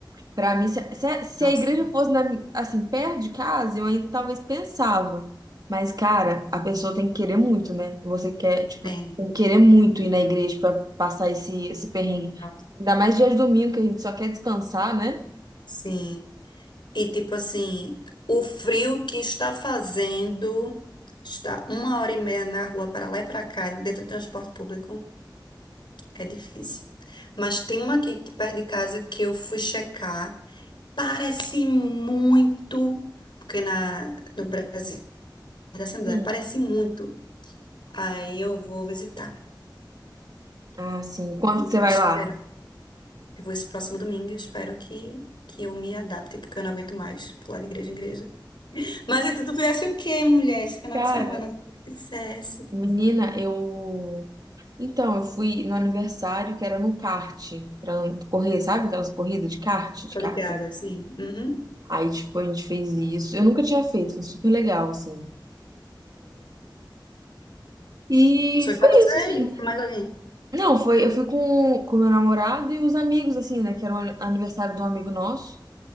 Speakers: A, on the right; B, on the left.
A: Pra mim, se, se a se
B: Nossa,
A: a igreja fosse na mi- assim, perto de casa, eu ainda talvez pensava. Mas, cara, a pessoa tem que querer muito, né? Você quer, tipo,
B: tem.
A: tem que querer muito ir na igreja pra passar esse, esse perrengue.
B: Nossa,
A: Ainda mais dia de domingo, que a gente só quer descansar, né?
B: sim. E tipo assim, o frio que está fazendo, está uma hora e meia na rua para lá e para cá, dentro do transporte público, é difícil. Mas tem uma aqui perto de casa que eu fui checar, parece muito, porque na, no Brasil, da Assembleia,
A: Hum.
B: parece muito. Aí eu vou visitar.
A: Ah, sim. Quando
B: E
A: que você
B: eu
A: vai
B: espero,
A: lá?
B: eu vou esse próximo domingo, eu espero que, que eu me adapte, porque eu não aguento mais pular de igreja em igreja. Mas então tu fizesse o quê, mulher, esse final
A: Cara,
B: de semana? Tu fizesse.
A: menina, eu. Então, eu fui no aniversário que era no kart, pra correr, sabe aquelas corridas de kart, de
B: Tô
A: kart?
B: ligada, sim. Uhum.
A: Aí, tipo, a gente fez isso. Eu nunca tinha feito, foi super legal, assim. E
B: Foi só
A: foi
B: você
A: isso, assim.
B: e foi mais alguém?
A: Não, foi, eu fui com com meu namorado e os amigos, assim, né? Que era o ani- aniversário de um amigo nosso.